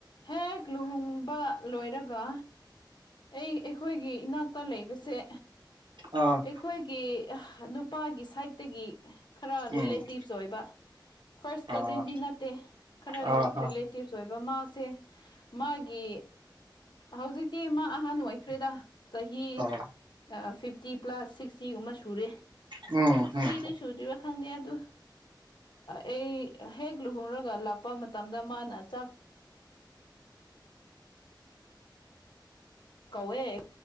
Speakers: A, on the left (about 65°); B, on the right (about 75°).
A: ꯍꯦꯛ ꯂꯨꯍꯣꯡꯕ ꯂꯣꯏꯔꯒ ꯑꯩ ꯑꯩꯈꯣꯏꯒꯤ ꯏꯅꯥꯛꯇ ꯂꯩꯕꯁꯦ
B: ꯑꯥ
A: ꯑꯩꯈꯣꯏꯒꯤ ꯅꯨꯄꯥꯒꯤ ꯁꯥꯏꯗꯠꯇꯒꯤ ꯈꯔ
B: ꯎꯝ
A: ꯔꯤꯂꯦꯇꯤꯞ ꯆꯣꯏꯕ ꯐꯥꯔꯁ
B: ꯑꯥ
A: ꯀꯖꯤꯟꯗꯤ ꯅꯠꯇꯦ ꯈꯔ
B: ꯑꯥ ꯍꯥ
A: ꯔꯤꯂꯦꯇꯤꯞ ꯁꯣꯏꯕ ꯃꯥꯁꯦ ꯃꯥꯒꯤ ꯍꯧꯖꯤꯛꯇꯤ ꯃꯥ ꯑꯍꯥꯟꯕ ꯑꯣꯏꯈ꯭ꯔꯦꯗ ꯆꯍꯤ
B: ꯑꯥ
A: ꯐꯤꯐꯇꯤ ꯄ꯭ꯂꯁ ꯁꯤꯛ ꯁꯤꯛꯁꯇꯤꯒꯨꯝꯕ ꯁꯨꯔꯦ
B: ꯎꯝ
A: ꯁꯤꯛꯁꯇꯤꯗꯤ
B: ꯎꯝ
A: ꯁꯨꯗ꯭ꯔꯤꯕꯥ ꯈꯪꯗꯦ ꯑꯗꯨ ꯑꯩ ꯍꯦꯛ ꯂꯨꯍꯣꯡꯔꯒ ꯂꯥꯛꯄ ꯃꯇꯝꯗ ꯃꯥꯅ ꯆꯥꯛ ꯀꯧꯋꯦ